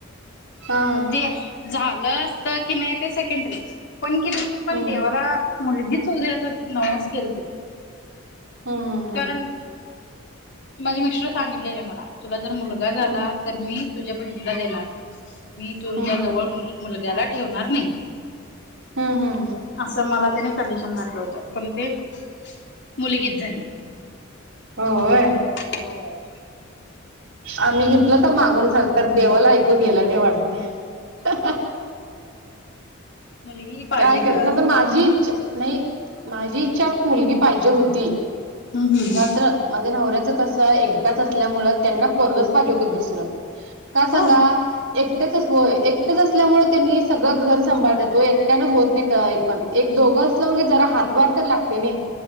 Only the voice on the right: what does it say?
हा हा
हम्म
हम्म हम्म
हम्म
हम्म हम्म
हम्म हम्म
होय.
आम्ही घेतलं तर, मागून झाल. तर देवाला ऐकू गेलं नाही, वाटतय. <unintelligible>
काय करायच,
तर माझी इच्छा नाही. माझी इच्छा, मुलगी पाहिजे होती.
झालं
तर. माझ्या नवऱ्याच कस, एकटाच असल्यामुळ, त्यांना पोरगच पाहिजे होत दुसरं. का सांगा
एकटेचच होय. एकटेच असल्यामुळे, त्यांनी सगळं घर सांभाळत्यात ओ. एकट्यानं होत नाही, काही पण‌. एक, दोघं असलं म्हणजे, जरा हातभार तर लागतय, नाही.